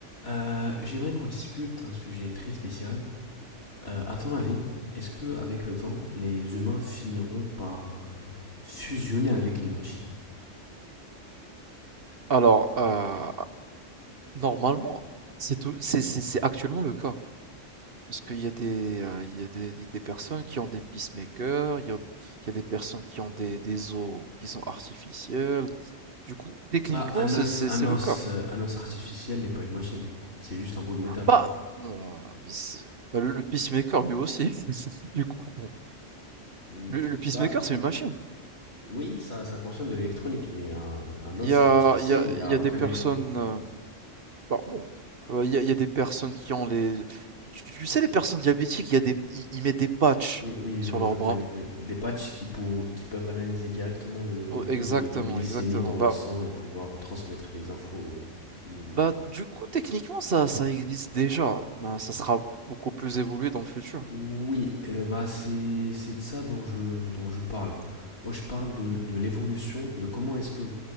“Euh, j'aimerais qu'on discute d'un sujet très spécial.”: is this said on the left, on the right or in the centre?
Left